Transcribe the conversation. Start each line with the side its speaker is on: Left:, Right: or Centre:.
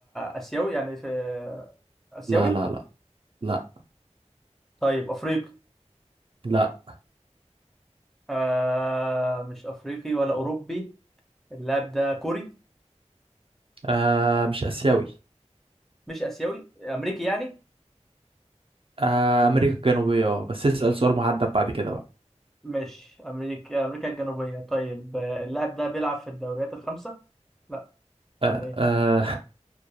Centre: اسيوي يعني في اسيوي
Right: لا لا لا لا
Centre: طيب افريقي
Right: لا
Centre: آه... مش افريقي ولا اوروبي اللاعب ده كوري
Right: آه مش اسيوي
Centre: مش اسيوي امريكي يعني
Right: آه، أمريكا الجنوبية اه بس اسأل سؤال محدد بعد كده بقى
Centre: مش امريكا امريكا الجنوبيه طيب آه، اللاعب ده بيلعب في الدوريات الخمسه لا
Right: آه
Centre: ولا ايه
Right: آه